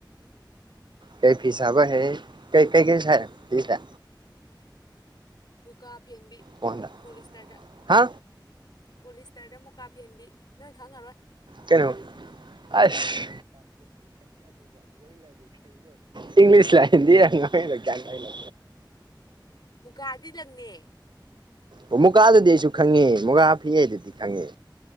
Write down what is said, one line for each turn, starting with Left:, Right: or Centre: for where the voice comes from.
Right: ꯀꯩ ꯐꯤ ꯁꯥꯕ ꯍꯩ ꯀꯩ ꯀꯩ ꯀꯩ ꯁꯥꯢ ꯐꯤꯁꯦ
Left: ꯃꯨꯀꯥ ꯐꯦꯟꯕꯤ
Right: ꯀꯣꯟꯗ
Left: ꯄꯣꯂꯤꯁꯇꯔꯗ
Right: ꯍꯥ
Left: ꯄꯣꯂꯤꯁꯇꯔꯗ ꯃꯨꯀꯥ ꯐꯦꯟꯕꯤ ꯅꯣꯏ ꯈꯪꯉꯔꯣꯏ
Right: ꯀꯩꯅꯣ ꯑꯁ ꯏꯪꯂꯤꯁ ꯂ ꯍꯤꯟꯗꯤ ꯔ ꯒ꯭ꯌꯥꯟ ꯇꯥꯗꯦ
Left: ꯃꯨꯀꯥꯗꯤ ꯂꯪꯅꯦ
Right: ꯑꯣ ꯃꯨꯒꯥꯥꯗꯨꯗꯤ ꯑꯩꯁꯨ ꯈꯪꯉꯦ ꯃꯨꯒꯥꯥ ꯐꯤ ꯑꯗꯨꯗꯤ ꯈꯪꯉꯦ